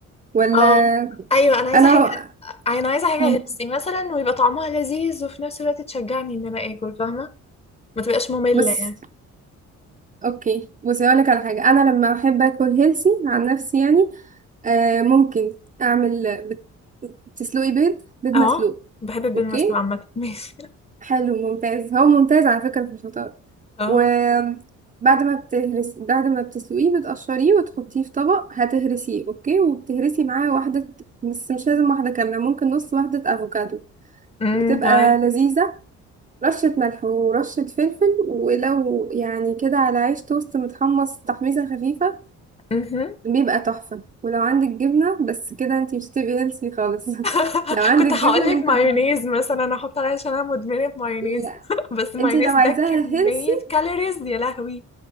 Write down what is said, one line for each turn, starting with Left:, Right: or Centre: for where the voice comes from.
Right: ولا
Left: اه ايوه انا عايزه
Right: انا
Left: حاجه انا عايزه حاجه
Right: مم.
Left: هيلثي مثلا ويبقى طعمها لذيذ وفي نفس الوقت تشجعني ان انا اكل فاهمه ما تبقاش ممله
Right: بص
Left: يعني
Right: اوكي بصي اقولك على حاجة انا لما احب اكل هيلثي عن نفسي يعني آه ممكن اعمل بت- تسلقي بيض بيض مسلوق
Left: اه بحب البيض
Right: اوكي
Left: المسلوق عامه <laughs> ماشي
Right: حلو ممتاز هو ممتاز على فكرة في الفطار
Left: اه
Right: وبعد ما بتهرس بعد ما بتسلقيه بتقشريه وتحطيه في طبق هتهرسيه اوكي وبتهرسي معاه واحدة بس مش لازم واحدة كاملة ممكن نص واحدة افوكادو
Left: امم
Right: بتبقى
Left: تمام
Right: لذيذة رشة ملح ورشة فلفل ولو يعني كده على عيش توست متحمص تحميصة خفيفة
Left: مهم.
Right: بيبقى تحفة ولو عندك جبنة بس كده انتي مش هتبقي هيلثي خالص
Left: <laughs>
Right: <laughs> لو عندك
Left: كنت
Right: جبنة
Left: هقول لك مايونيز
Right: ممكن تحط
Left: مثلا انا احط عليها عشان انا مدمنه مايونيز
Right: لا
Left: <laughs> بس مايونيز
Right: انتي لو عايزاها
Left: ده كميه
Right: هيلثي
Left: كالوريز يا لهوي